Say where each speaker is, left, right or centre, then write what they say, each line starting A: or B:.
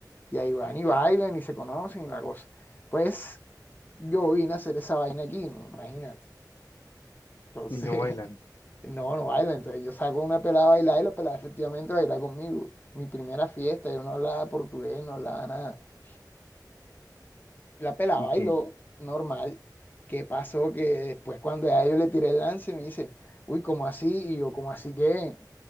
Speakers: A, on the left; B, on the left.
A: Y ahí van y bailan y se conocen y la cosa. Pues yo vine a hacer esa vaina aquí, imagínate. Entonces,
B: y no bailan.
A: <laughs> no, no baila. Entonces yo saco una pelada a bailar y la pelada efectivamente baila conmigo. Mi primera fiesta, yo no hablaba portugués, no hablaba nada. La pelada
B: ¿Y
A: bailó,
B: qué?
A: normal. ¿Qué pasó? Que después cuando ya yo le tiré el lance, me dice, uy, ¿cómo así? Y yo, ¿cómo así qué?